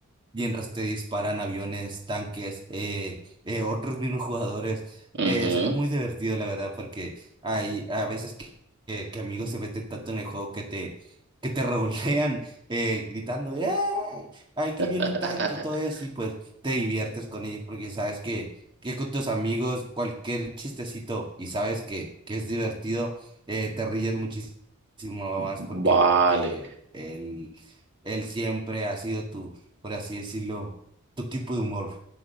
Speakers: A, on the right; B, on the right.
A: mientras te disparan aviones, tanques, eh, eh, otros mismos jugadores.
B: Ujú.
A: Eh, es es muy divertido la verdad porque hay a veces que, que que amigos se meten tanto en el juego que te... que te <laughs> rolean eh, gritando, ¡ay! Aquí viene
B: <laughs>
A: un tanque y todo eso, y pues te diviertes con ellos porque sabes que, que con tus amigos cualquier chistecito y sabes que, que es divertido, eh, te ríes muchísimo más
B: Vale.
A: porque, porque él, él siempre ha sido tu, por así decirlo, tu tipo de humor.